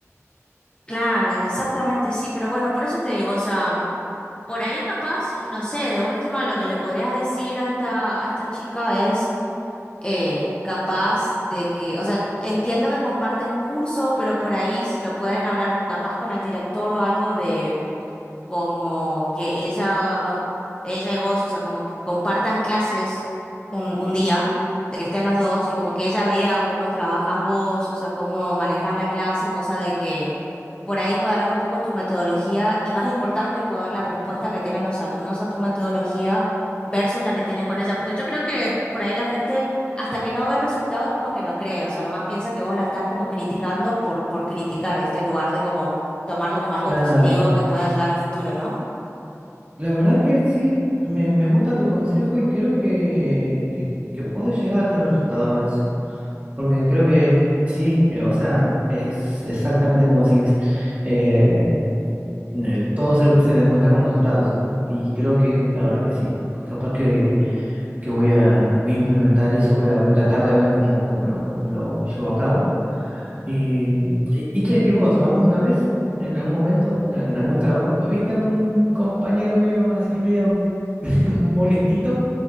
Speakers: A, on the left; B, on the right.
A: claro, exactamente sí, pero bueno, por eso te digo, o sea, por ahí capaz, no sé, de última lo que le podrías decir a esta, a esta chica es eh, capaz de que, o sea, entiendo que comparten curso, pero por ahí si lo pueden hablar capaz con el director o algo como que ella, ella y vos, o sea, como que compartan clases un, un día, de que estén los dos, y como que ella vea cómo trabajas vos, o sea, cómo manejas la clase, cosa de que por ahí pueda haber un poco tu metodología, y más importante, puede haber la respuesta que tienen los alumnos a tu metodología versus la que tienen con ella, porque yo creo que por ahí la gente, hasta que no ve resultados, como que no cree, o sea, nomás piensa que vos la estás como criticando por, por criticar, ¿oíste? En lugar de como tomarlo como algo
B: Claro,
A: positivo que pueda ayudar a futuro, ¿no?
B: la verdad que sí, me, me gusta tu consejo y creo que, que, que puedo llegar a tener resultado con eso, porque creo que sí, eh, o sea, es exactamente como decís, eh, eh, todo se, se demuestra con resultados y creo que la verdad que sí, capaz que, que voy a, voy a implementar eso, voy a, voy a tratar de ver cómo, cómo lo, cómo lo llevo a cabo. Y, y, y che, ¿y vos alguna vez, en algún momento, en algún trabajo, tuviste algún compañero medio así, medio <laughs> molestito.